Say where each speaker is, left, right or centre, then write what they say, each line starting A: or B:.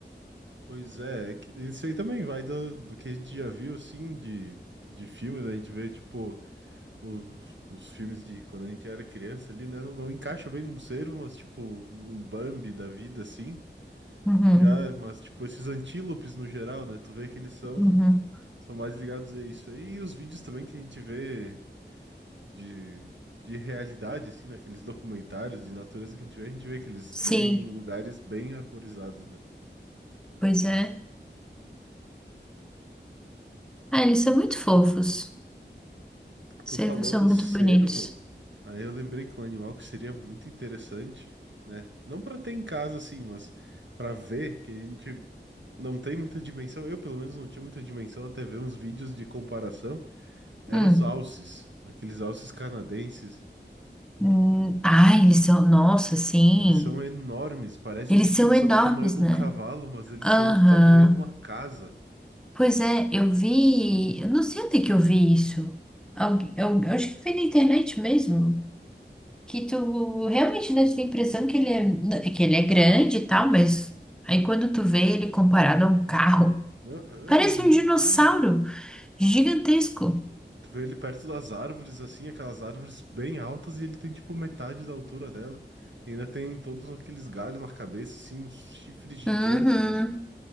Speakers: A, on the right; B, in the centre.
A: Pois é, é que isso aí também vai do, do que a gente já viu, assim, de, de filmes, né? A gente vê, tipo, os, os filmes de quando a gente era criança ali, né? Não, não encaixa bem num cervo, mas, tipo, um Bambi da vida, assim.
B: Uhum,
A: Já, mas, tipo, esses antílopes no geral, né? Tu vê que eles são,
B: uhum.
A: são mais ligados a isso aí. E os vídeos também que a gente vê de, de realidade, assim, naqueles documentários de natureza que a gente vê, a gente vê que eles
B: Sim,
A: vivem em lugares bem arborizados, né?
B: pois é. Ah, eles são muito fofos. Cervos
A: Tu falou
B: são
A: do cervo,
B: muito bonitos.
A: aí eu lembrei que um animal que seria muito interessante, né? Não pra ter em casa assim, mas pra ver que a gente não tem muita dimensão. Eu, pelo menos, não tinha muita dimensão até ver uns vídeos de comparação. Eram
B: Hum.
A: os alces, aqueles alces canadenses.
B: Hum, ai, eles são. Nossa, sim.
A: Eles são enormes, parece
B: Eles
A: que tipo
B: são
A: eles
B: enormes,
A: são do tamanho de um
B: né?
A: cavalo, mas eles
B: Aham.
A: são do tamanho de uma casa.
B: Pois é, eu vi. Eu não sei onde é que eu vi isso. Algu- Eu, eu acho que foi na internet mesmo. Que tu realmente dá a impressão que ele é, né, que ele é grande e tal, mas aí quando tu vê ele comparado a um carro,
A: Aham,
B: parece
A: é muito
B: um dinossauro
A: grande.
B: gigantesco.
A: Tu vê ele perto das árvores, assim, aquelas árvores bem altas, e ele tem tipo metade da altura dela. E ainda tem todos aqueles galhos na cabeça, assim, os chifres gigantes,
B: Uhum.
A: né?